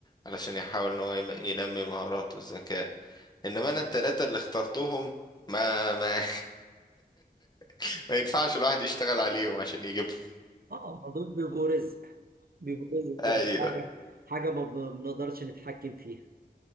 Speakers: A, on the left (about 25°); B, on the right (about 65°).
A: علشان يحاول ان هو يم- ينمي مهاراته الذكاء انما انا التلاتة اللي اخترتهم ما ما <laughs> ما ينفعش الواحد يشتغل عليهم عشان يجيبهم
B: اه ما دول بيبقوا رزق بيبقوا رزق
A: ايوه
B: كده حاجة حاجة ما بنقدرش نتحكم فيها